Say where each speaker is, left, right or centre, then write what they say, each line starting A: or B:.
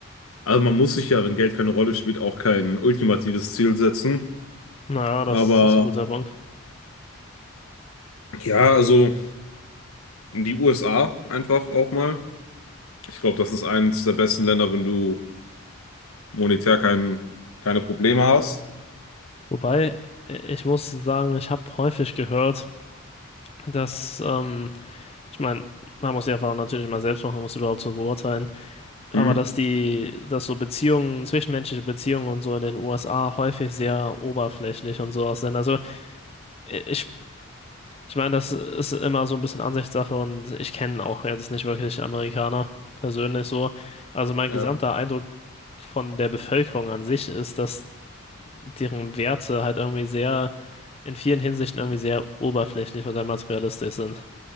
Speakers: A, on the left; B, on the left.
A: Also man muss sich ja, wenn Geld keine Rolle spielt, auch kein ultimatives Ziel setzen.
B: Naja, das
A: Aber
B: ist ein guter Punkt.
A: ja, also die USA einfach auch mal. Ich glaube, das ist eines der besten Länder, wenn du monetär kein, keine Probleme hast.
B: Wobei, äh, ich muss sagen, ich habe häufig gehört, dass, ähm, ich meine, man muss die Erfahrung natürlich mal selbst machen, um es überhaupt zu beurteilen, aber
A: Hm.
B: dass die, dass so Beziehungen, zwischenmenschliche Beziehungen und so in den USA häufig sehr oberflächlich und sowas sind. Also äh, ich, ich meine, das ist immer so ein bisschen Ansichtssache und ich kenne auch jetzt nicht wirklich Amerikaner persönlich so. Also mein
A: Ja.
B: gesamter Eindruck von der Bevölkerung an sich ist, dass deren Werte halt irgendwie sehr, in vielen Hinsichten irgendwie sehr oberflächlich oder materialistisch sind.